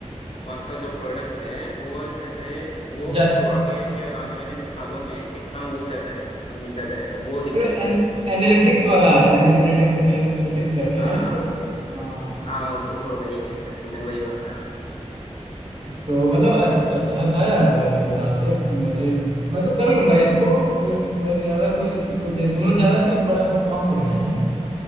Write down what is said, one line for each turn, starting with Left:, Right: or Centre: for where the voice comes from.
Left: कौन सा जो प्रोडक्ट है वो अच्छे से वो
Right: ज्यादा
Left: वो आगे के आने वाले सालों में कितना ऊंचा जाएगा और नीचा जाएगा वो दिखाई
Right: मतलब
Left: देता
Right: एन,
Left: है
Right: एनालिटिक्स वाला एनालिटिक्स एनालिटिक्स कहते हैं
Left: हाँ
Right: ना
Left: हाँ
Right: इसको
Left: हाँ, हाँ।
Right: हाँ
Left: हाँ, उसी को वही कहते हैं तुम्हें वही बता रहा
Right: तो मतलब अच्छ, अच्छा था यार मतलब मेरे हिसाब से कि मुझे मैं तो कर लूंगा इसको कोई मेरे ज्यादा कोई, कोई जैसे मतलब ज्यादा कोई बड़ा वो काम थोड़ी ना है